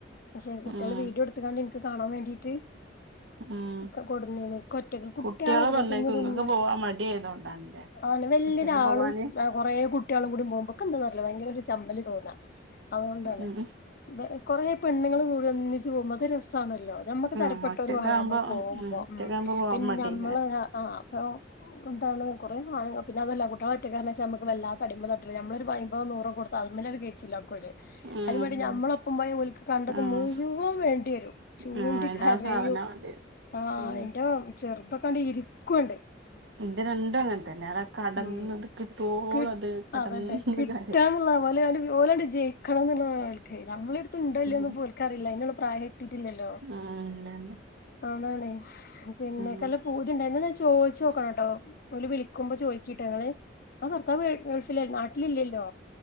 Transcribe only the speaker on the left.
പക്ഷേ കുട്ട്യെള്
വീഡിയോ ഇട്ത്ത്ക്കാണ്ട് ഇന് ക്ക് കാണാ വേണ്ടീട്ട്
ഇക്കാ കൊടുന്നീനി ഇക്കൊറ്റക്ക് കുട്ട്യാളൊക്കപ്പൊ
കുഞ്ഞ് കുഞ്ഞാ
ആന്നെ വല്ല്യെരാളും
വാ കൊറേ കുട്ട്യാളും കൂടി പോവുമ്പം ന്താന്നറ്ലാ ഭയങ്കര ഒര് ചമ്മല് തോന്നാ അവോണ്ടാണ്
ഇബലെ കൊറേ പെണ്ണ്ങ്ങൾ കൂടി ഒന്നിച്ച് പോക്മ്പൊ അതൊര് രസ് സാണല്ലോ ഞമ്മുക്ക്
തരപ്പെട്ടോരു
വേണം നമ്മള് പോകുമ്പോ
ഉം
പിന്നെ
ഞമ്മള് അ ആ അപ്പൊ എന്താണ് കുറേ സാധങ്ങങ്ങള് പിന്നെ അതുവല്ല കുട്ടികള് ഒറ്റക്കാർന്ന് വെച്ചാ നമക്ക് വല്ലാത്ത അടിമ തട്ടല് ഞമ്മളൊരു അയ്മ്പതോ നൂറോ കൊടുത്ത അതിമ്മേല് കയിച്ചില്ലാക്കവര്
അയിന് വേണ്ടി
ഞമ്മളൊപ്പം പോയ ഒലക്ക് കണ്ടത്
മുഴുവൻ വേണ്ടി വരും ചൂണ്ടി
കരയും
ആ
എന്റെ ചെറുതക്കൊണ്ടെ ഇരിക്കുവൊണ്ട്
ഉം
കി
അതന്നെ കിട്ടാന്നുള്ള
പോലെ അന്റ്‌ ഓലങ്ങോട്ട് ജയിക്കണംന്നുള്ള ആൾക്കെ നമ്മടടുത്തുണ്ടൊ ഇല്ലയോന്ന്
ഇപ്പ ഓൾക്കാറില്ല അതിനുള്ള പ്രായ ത്തിട്ടില്ലല്ലോ
അതാണെ പിന്നെക്കല്ല
പൂതിയൊണ്ട് എന്നാന്നു ചോയിച്ച ചോദിച്ചു നോക്കണോട്ടോ ഒല് വിളിക്കുമ്പോ ചോദിക്കിട്ടൊ നിങ്ങള് ആ ഭർത്താ ഗെ ഗൾഫ് ല്ലെ നാ ട്ടിലില്ലല്ലോ